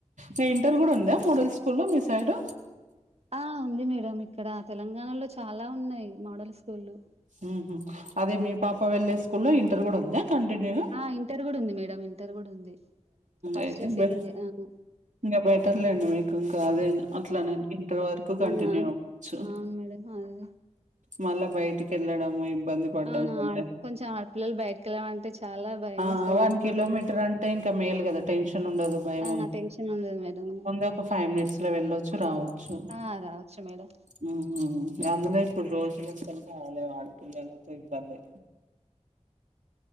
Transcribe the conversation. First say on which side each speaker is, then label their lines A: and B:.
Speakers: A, on the right; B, on the right.
A: న ఇంటర్ కూడా ఉందా మోడల్ స్కూల్లో మీ సైడ్
B: ఆ ఉంది మేడం ఇ ఇక్కడ తెలంగాణలో చాలా ఉన్నయి మోడల్ స్కూళ్లు.
A: హ్మ్ హు అదే మీ పాప వెళ్ళే స్కూల్లో ఇంటర్ కూడా ఉందా కంటిన్యూ
B: ఆ ఇంటర్ కూడా ఉంది మేడం ఇంటర్ కూడా ఉంది. ఫస్ట్
A: అయితే
B: ఇయర్
A: బె
B: సెకండ్ ఇయర్ అవును
A: ఇంగా బెటర్ లేండి మీకు ఇంకా అదైనా అట్లనయినా. ఇంటర్ వరకు కంటిన్యూ
B: ఆ
A: అవ్వచ్చు.
B: అవును మేడం అదే
A: మళ్ళా బయటికి ఎళ్ళడము ఇ ఇబ్బంది పడ్డం
B: ఆ
A: కంటే
B: కొంచెం ఆడపిల్లలు బయటకి వెళ్ళమంటే చాలా భయం
A: ఆ
B: వేస్తది
A: వన్
B: మేడం
A: కిలోమీటర్
B: జనాలు
A: అం ఇంక మేలు కదా టెన్షన్ ఉండదు, భయం
B: ఆ
A: ఉం
B: టెన్షన్ ఉండదు మేడం
A: ముందు ఒక ఫైవ్ మినిట్స్ లో వెళ్ళొచ్చు రావచ్చు.
B: ఆ రావచ్చు మేడం
A: ఉ అందులో ఇప్పుడు రోజులు అస్సలు బాలేవు ఆడపిల్లలతో ఇబ్బంది.